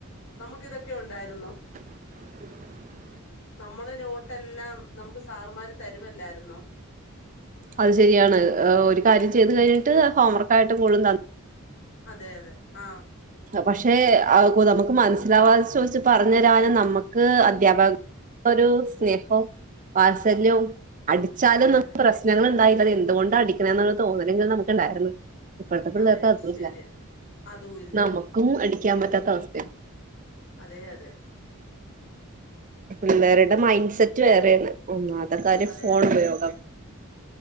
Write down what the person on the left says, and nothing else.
നമ്മക്കിതൊക്കെ ഒണ്ടായിരുന്നോ
നമ്മളെ നോട്ടെല്ലാം നമുക്ക് സാറ്മ്മാര് തരുവല്ലായിരുന്നോ
അതെ അതെ ആഹ്
അതെ
അതെ
അതെ
ശരിയാ
അതും ഇ
അതെ അതെ
അതെ
അതെ